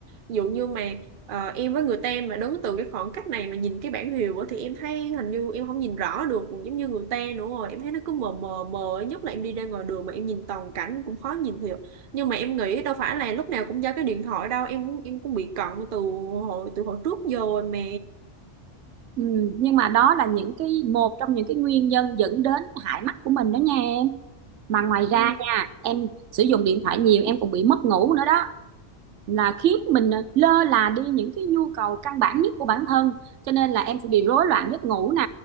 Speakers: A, on the right (about 50°); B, on the right (about 80°).
A: Ví dụ như mà ờ, em với người ta mà đứng từ cái khoảng cách này mà nhìn cái bảng hiệu á Thì em thấy hình như em không nhìn rõ được giống như người ta nữa rồi Em thấy nó cứ mờ mờ mờ nhất là em đi ra ngoài đường mà em nhìn toàn cảnh cũng khó nhìn hiểu nhưng mà em nghĩ đâu phải là lúc nào cũng do cái điện thoại đâu em cũng- em cũng bị cận từ hồi từ hồi trước giờ rồi mà
B: ừ, nhưng mà đó là những cái một trong những cái nguyên nhân dẫn đến hại mắt của mình đó nha em mà ngoài ra
A: Ừ.
B: nha em sử dụng điện thoại nhiều em còn bị mất ngủ nữa đó là khiến mình lơ là đi những cái nhu cầu căn bản nhất của bản thân cho nên là em sẽ bị rối loạn giấc ngủ nè